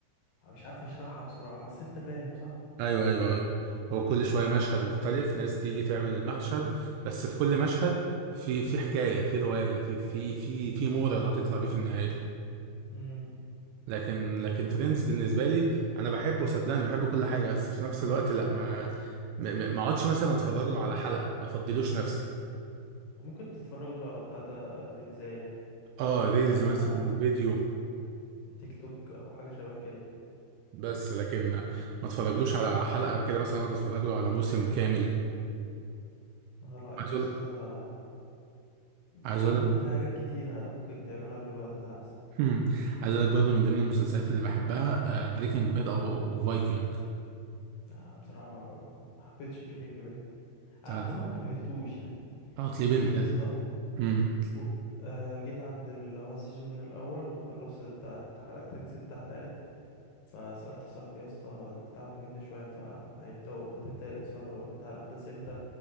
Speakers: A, on the left; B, on the right.
A: مش عارف اشرحها بصراحة بس انت فاهم صح؟
B: ايوه ايوه ايوه هو كل شويه مشهد مختلف ناس تيجي تعمل المشهد بس في كل مشهد في في حكايه في روايه في في في في مورا اللي هتطلع بيه في النهايه
A: مم.
B: لكن لكن فريندز بالنسبه لي انا بحبه صدقني بحب كل حاجه بس في نفس الوقت لا ما ما ما- ما اقعدش مثلا اتفرج له على حلقه ما افضلوش نفسي
A: ممكن تتفرجوا له على بتاع ده ريلزاية
B: اه ريلز
A: آه...
B: مثلا فيديو
A: تيك توك او حاجة شبه كده
B: بس لكن ما ما اتفرجلوش على حلقه وكده مثلا اقعد اتفرج له على موسم كامل
A: آه لا يا
B: عايز
A: اسطى
B: اقول
A: ده
B: عايز
A: عارف
B: اقول
A: انت
B: لك
A: في حاجات كتيرة ممكن تعملها في الوقت ده احسن
B: هم. عايز اقول لك برضه من ضمن المسلسلات اللي بحبها بريكنج باد او فايكنج
A: آه بصراحة ما ما حبيتش بريكنج باد
B: بتاعت
A: هو انا ما كملتوش يعني
B: اه تليبن
A: جيت
B: كانت-
A: يا اسطى
B: هم.
A: و- آه جيت عند اللي هو السيزون الاول خلصت بتاعت حلقتين ست حلقات فسألت صاحبي يا اسطى البتاع ممل شوية فهيبدأوا هتبدأ الإثارة والبتاع الأحداث امتى